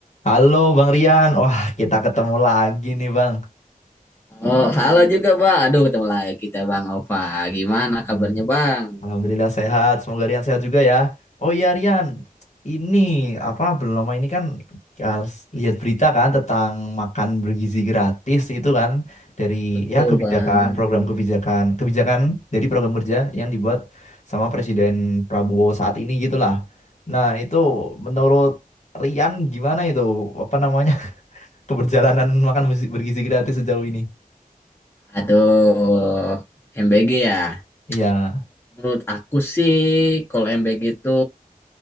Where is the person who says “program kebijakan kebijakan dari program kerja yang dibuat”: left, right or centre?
Left